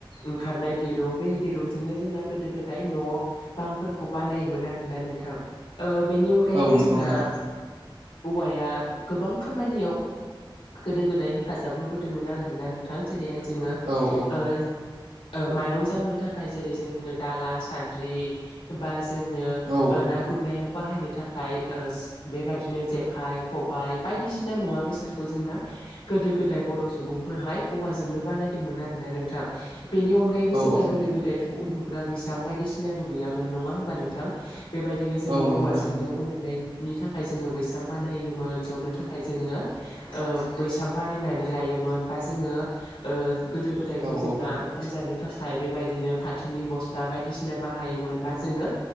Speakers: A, on the left; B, on the right.
A: ओंखारनाय दिरुं बे दिरुंजोंनो जोंना गोदो गोदाय न' बांफोरखौ बानायोमोन आरोना नोंथां। ओ बेनि अनगायैबो
B: औ नंगौ
A: जोंना
B: नोंथां
A: औवाया गोबां खामानियाव गोदो गोदाय हेफाजाब होबोदोंमोन आं आरोना नोंथां। जेरैहाय जोङो
B: औ औ
A: ओ ओ माइरं जावनो थाखाय जेरै जोंनो दाला सान्द्रि एबा जोंनो
B: औ
A: ना गुरनायाव बाहायनो थाखाय ओ बेबायदिनो जेखाइ खबाइ बायदिसिना मुवा बेसादखौ जोंना गोदो गोदाय बर सुबुंफोरहाय औवाजोंनो बानायदोंमोन आर ना नोंथां। बेनि अनगायैबो
B: औ
A: जोंना गोदो गोदायथ' उन्दुग्रा बैसां बायदिसिनाबो गैयामोन नङा होमबा नोंथां? बेबायदिनो जोङो
B: औ नंगौ
A: औवाजोंनो
B: नोंथां
A: उन्दुनाय नि थाखाय जोङो बैसां बानायोमोन। जनो थाखाय जोङो ओ बैसां बानायनानै ला योमोन बा जोंङो ओ गोदो गोदायथ
B: औ
A: जोंना
B: औ
A: ओंखाम जानो थाखाय बेबायदिनो फाथोनि बस्था बायदिसिना बाहायोमोन बा जोङो